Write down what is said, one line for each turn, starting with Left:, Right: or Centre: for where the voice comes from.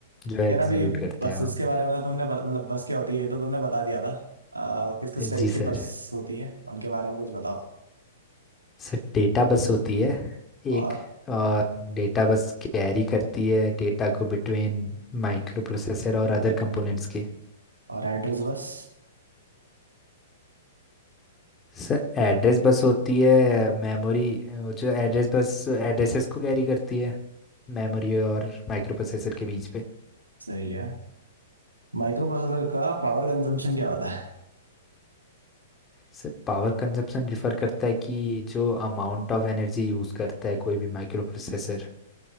Left: जो एग्जीक्यूट
Right: यार अभी
Left: करता
Right: बसेस
Left: है
Right: के बारे में तो तुमने बत, मतलब बस क्या होती है ये तो तुमने बता दिया था आ, किस किस
Left: जी
Right: टाइप की
Left: सर
Right: बस होती है उनके बारे में कुछ बताओ
Left: सर डेटा बस होती है
Right: और
Left: एक और डेटा बस कैरी करती है डेटा को बिटवीन माइक्रो प्रोसेसर और अदर कंपोनेंट्स के
Right: और एड्रेस बस
Left: सर एड्रेस बस होती है मेमोरी जो एड्रेस बस एड्रेसेस को कैरी करती है मेमोरी और माइक्रो प्रोसेसर के बीच पे
Right: सही है माइक्रो प्रोसेसर का पावर कंजम्पशन क्या होता है
Left: सर पावर कंजप्शन रिफर करता है कि जो अमाउंट ऑफ एनर्जी यूज़ करता है कोई भी माइक्रो प्रोसेसर